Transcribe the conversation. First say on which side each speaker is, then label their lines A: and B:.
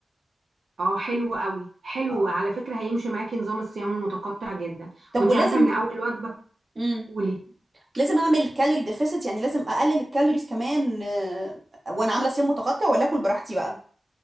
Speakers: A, on the right; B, on the right.
A: اه حلو قوي حلو
B: آه.
A: على فكره هيمشي معاكي نظام الصيام المتقطع جدا
B: طب
A: وانت
B: ولازم
A: عارفه ان اول وجبه
B: امم
A: قولي
B: لازم اعمل كالوري ديفيسيت يعني لازم اقلل الكالوريز كمان آه، وانا عامله صيام متقطع ولا اكل براحتي بقى